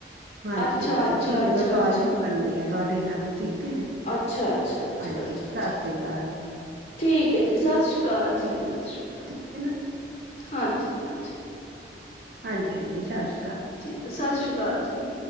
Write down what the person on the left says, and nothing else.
ਅੱਛਾ
ਅੱਛਾ
ਅੱਛਾ
ਅੱਛਾ
ਅੱਛਾ ਅੱਛਾ ਅੱਛਾ
ਅੱਛਾ
ਅੱਛਾ
ਠੀਕ ਹੈ ਜੀ, ਸਤਿ ਸ਼੍ਰੀ। ਕਾਲ ਜੀ,
ਸਤਿ ਸ੍ਰੀ ਅਕਾਲ।
ਹਾਂਜੀ, ਹਾਂਜੀ
ਠੀਕ ਸਤਿ ਸ਼੍ਰੀ ਅਕਾਲ ਜੀ।